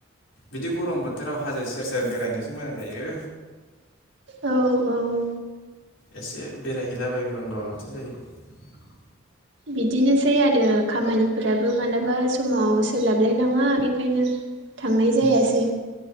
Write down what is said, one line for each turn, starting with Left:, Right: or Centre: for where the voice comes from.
Left: बिदि गरम बोथोराव हाजो सेर सेेर बेरायनोसो मोजां जायो।
Right: औ औ
Left: एसे बेरायहैलाबाय <unintelligible> माथो जायो
Right: बिदिनोसै आरो खामानिफोराबो मालाबा समाव सोलाबलायलाङा बेखायनो थांनाय जायासै